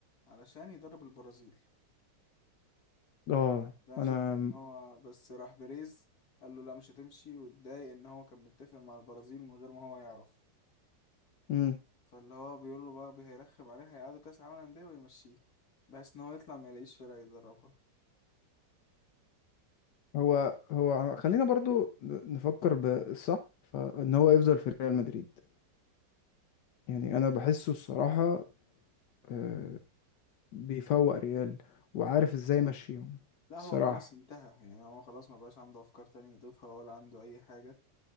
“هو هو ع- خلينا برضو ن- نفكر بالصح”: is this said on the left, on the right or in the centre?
Left